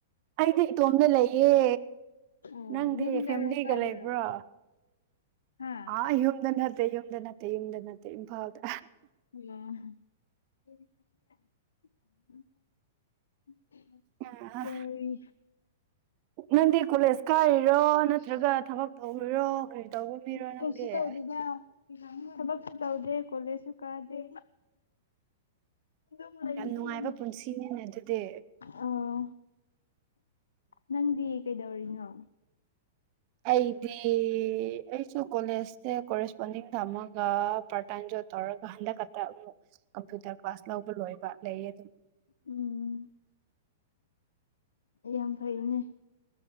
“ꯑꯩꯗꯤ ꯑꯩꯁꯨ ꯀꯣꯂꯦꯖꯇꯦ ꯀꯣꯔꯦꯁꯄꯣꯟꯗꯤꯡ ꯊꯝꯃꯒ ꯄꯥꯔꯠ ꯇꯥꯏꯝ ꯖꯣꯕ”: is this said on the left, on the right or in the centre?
Right